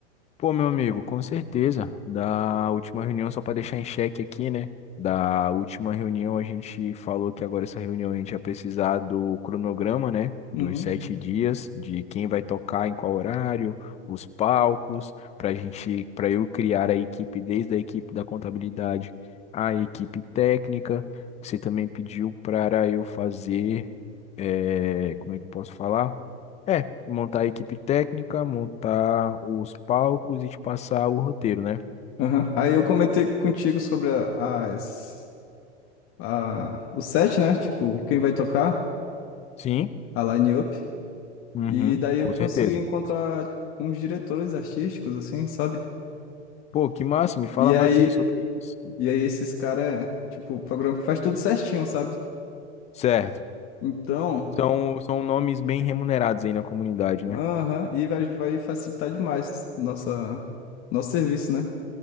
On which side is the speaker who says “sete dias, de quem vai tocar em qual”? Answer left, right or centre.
Left